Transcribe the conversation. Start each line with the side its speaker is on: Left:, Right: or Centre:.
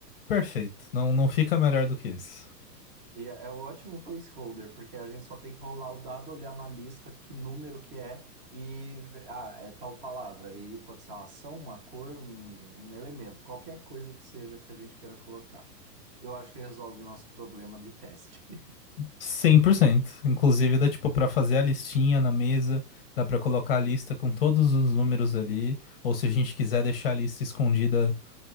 Left: perfeito. Não, não fica melhor do que isso.
Right: E é é um ótimo placeholder, porque a gente só tem que rolar o dado, olhar na lista que número que é e ah, é tal palavra. E pode ser uma ação, uma cor, um, um elemento, qualquer coisa que seja que a gente queira colocar. Eu acho que resolve o nosso problema de teste. <laughs>
Left: cem por cento, Inclusive, dá tipo pra fazer a listinha na mesa, dá pra colocar a lista com todos os números ali, ou se a gente quiser deixar a lista escondida,